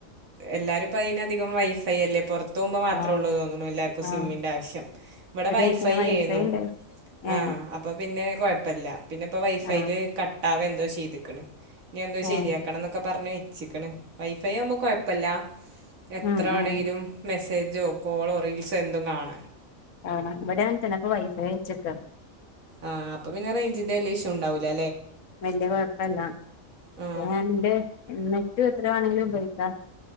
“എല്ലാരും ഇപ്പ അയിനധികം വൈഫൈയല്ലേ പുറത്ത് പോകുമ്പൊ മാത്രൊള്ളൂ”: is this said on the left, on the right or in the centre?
Right